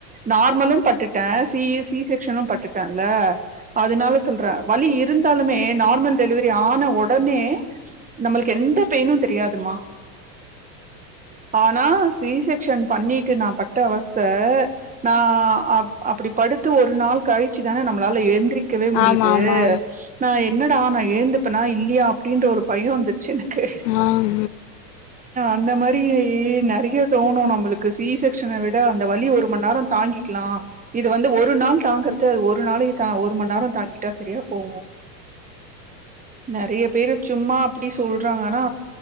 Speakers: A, on the right; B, on the left.
A: நார்மலு பட்டுட்ட சி சி செக்க்ஷனு பட்டுட்டன்ல அதுனால சொல்ற வலி இருந்தாலுமே நார்மல் டெலிவரி ஆன ஒடனே நம்மளுக்கு எந்த பெயின்னு தெரியாதுமா ஆனா சி செக்க்ஷன் பண்ணிட்டு நா பட்ட அவஸ்த நா அப் அப்புடி படுத்து ஒரு நாள் கழிச்சுதான நம்மளால எழுந்திரிக்கவே முடியுது
B: ஆமா ஆமா
A: நா என்னடா நா எழுந்துப்பேனா இல்லையா அப்புடின்ற ஒரு பயோ வந்துருச்சு எனக்கு
B: ஆஹ
A: அந்த மாரி நெறைய தோணு நம்மளுக்கு சி செக்க்ஷன விட அந்த வழி ஒரு மண் நேரோ தாங்கி க்லா இது வந்து ஒரு நாள் தாங்குறது ஒரு நாளைக்கு தா ஒ ஒரு மண் நேரோ தாங்கிட்டா சரியா போவு நறைய பேரு சும்மா அப்டி சொல்றாங்கனா